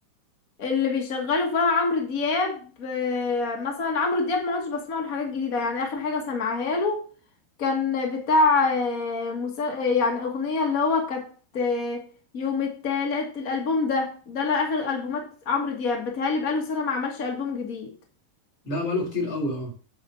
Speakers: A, on the left (about 80°); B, on the left (about 30°).
A: اللي بيشغلوا فيها عمرو دياب آه، مثلا عمرو دياب ما عدتش بسمع له حاجات جديده يعني اخر حاجه سمعها له كان بتاع آه، مسا... آه، يعني اغنيه اللي هو كانت آه، يوم التالت الالبوم ده ده لا اخر البومات عمرو دياب بتهيألي بقاله سنه ما عملش البوم جديد
B: ده بقاله كتير قوي اه